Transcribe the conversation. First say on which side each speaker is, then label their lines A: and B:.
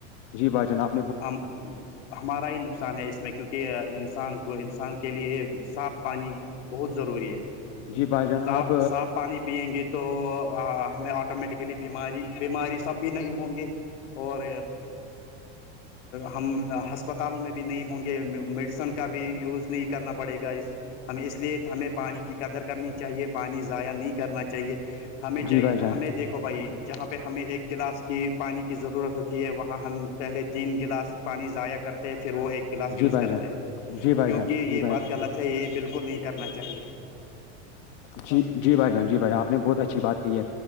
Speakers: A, on the left (about 60°); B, on the left (about 75°).
A: جی بھائی جناب
B: ہم ہمارا ہی نقصان ہے اس میں کیونکہ انسان کو انسان کے لیے صاف پانی بہت ضروری ہے
A: جی بھائی جان
B: صاف
A: آپ
B: صاف پانی پیئیں گے تو تو ہمیں آٹومیٹیکلی بیماری بیماری سب بھی نہیں ہوں گے اور ہم ہسپتالوں میں بھی نہیں ہوں گے میڈیسن کا بھی یوز نہیں کرنا پڑے گا اس ہمیں اس لیے ہمیں پانی کی قدر کرنی چاہیے پانی ضائع نہیں کرنا چاہیے ہمیں چاہیے
A: جی بھائی جان
B: ہمیں دیکھ کو بھائی جہاں پہ ہمیں ایک گلاس کی پانی کی ضرورت ہوتی ہے وہاں ہم پہلے تین گلاس پانی ضائع کر پھر وہ ایک گلاس یوز
A: جی بھائی
B: کرتے
A: جان
B: ہیں
A: جی بھائی
B: کیونکہ
A: جان
B: یہ
A: جی بھائی
B: بات
A: جان
B: غلط ہے یہ بالکل نہیں کرنا چاہیے
A: جی جی بھائی جان جی بھائی جان آپ نے بہت اچھی بات کی ہے